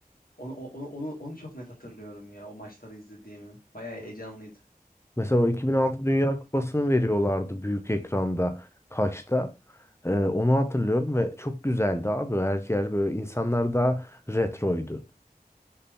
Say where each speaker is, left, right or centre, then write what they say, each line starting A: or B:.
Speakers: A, on the left; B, on the left.
A: onu, onu, onu, onu çok net hatırlıyorum ya o maçları izlediğimi. Bayağı heyecanlıydı.
B: Mesela o 2006 Dünya Kupası'nı veriyorlardı büyük ekranda. Kaçta? Ee, onu hatırlıyorum ve çok güzeldi abi. Her yer böyle insanlar daha retroydu.